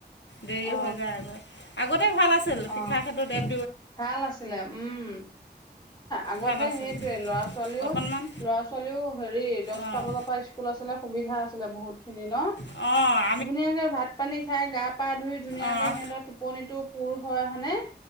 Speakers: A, on the left; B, on the left.
A: দেৰি
B: অ
A: হৈ যায় গৈ। তে ভাল আছিল,
B: অ
A: শিক্ষাৰ ক্ষেত্ৰত এক
B: ভাল আছিলে উম, আগতে
A: ভাল আছিল
B: সেইটোৱে ল'ৰা ছোৱালীও
A: অকণমান
B: ল'ৰা-ছোৱালীও হেৰি দছটা
A: অঁ
B: বজাৰ পৰা স্কুল আছিলে সুবিধা আছিলে বহুত খিনি ন?
A: অ'
B: ধুনীয়াকে ভাত-পানী খাই, গা-পা ধুই, ধুনীয়াকে
A: অঁ
B: সিহঁতৰ টোপনিতটো পুৰ হয়, হয়নে?